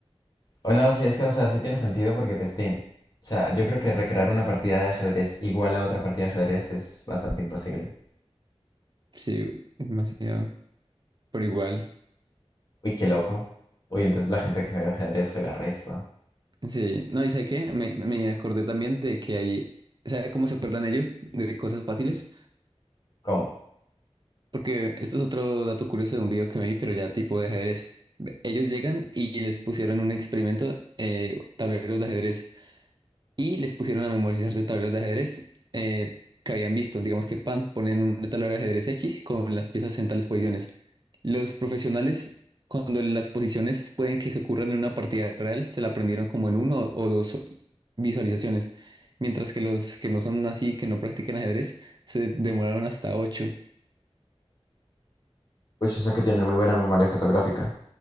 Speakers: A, on the left (about 40°); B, on the right (about 40°).
A: O no, sí, es que, o sea, sí tiene sentido porque pestín. O sea, yo creo que recrear una partida de ajedrez igual a otra partida de ajedrez es bastante imposible.
B: Sí, es demasiado, pero igual.
A: Uy, qué loco. Uy, entonces la gente que juega ajedrez juega resto.
B: Sí, no, ¿y sabe qué? Me, me acordé también de que hay, ¿sabe cómo se acuerdan ellos de cosas fáciles?
A: ¿Cómo?
B: Porque esto es otro dato curioso de un video que me vi, pero ya tipo de ajedrez. Ellos llegan y les pusieron un experimento, eh, tableros de ajedrez, y les pusieron a memorizarse tableros de ajedrez eh, que habían visto. Digamos que pan, ponen un tablero de ajedrez X con las piezas en tales posiciones. Los profesionales, cuando las posiciones pueden que se ocurran en una partida real, se la aprendieron como en uno o dos visualizaciones. Mientras que los que no son así, que no practican ajedrez, se demoraron hasta ocho.
A: Uy, o sea que tienen muy buena memoria fotográfica.